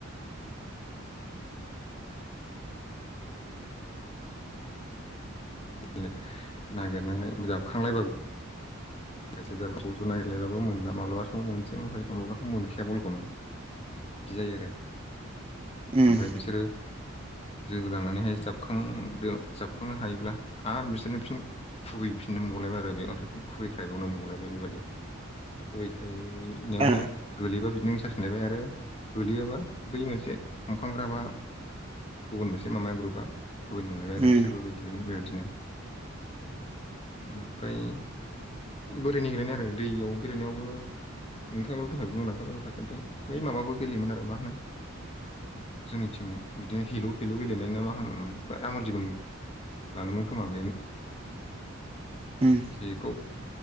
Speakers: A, on the left (about 30°); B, on the right (about 30°).
A: <unintelligible> नागिरनानै जाबखांलायबाबो जायसे जाबाखौ ज' नागिरलायबाबो मोनला माब्लाबा समाव मोनसै ओमफ्राय माब्लाबाथ' मोनखायानो बलखौनो बिदि जायो आरो
B: उम
A: ओमफाय
B: उम
A: बिसोरो जोहोलांनानैहाय जाबखांदो जाबखांनो हायोब्ला आरो बिसोरनो फिन खुबैफिननो मोनबावलायबाय आरो बे अन्थाइखौ खुबैख्रायबावनो मोनबावलायबाय बेबायदि खुबै खायनायावहाय
B: ओ
A: गोलैबा बिदिनो जाफिनलायबाय आरो गोलैयाबा बै मोनसे हमखांग्रा बा गुबुन मोनसे माबाया ग्रुपआ खुबैनो मोनबाय आरो
B: उम
A: बिसोरबो बिदिनो बेबायदिनो ओमफ्राय बोरिनि गेलेनाय आरो दैयाव गेलेनायावबो नोंथाङाबो दहाय बुंलांखाबाय माखासे ओमफ्राय बै माबाबो गेलेयोमोन आरो मा होनो जोंनिथिं बिदिनो हेलु हेलु गेलेनाय ना मा होनोमोन बा आमाल जुमाइ लाङोमोन खोमा बेनो
B: उम
A: बेखौ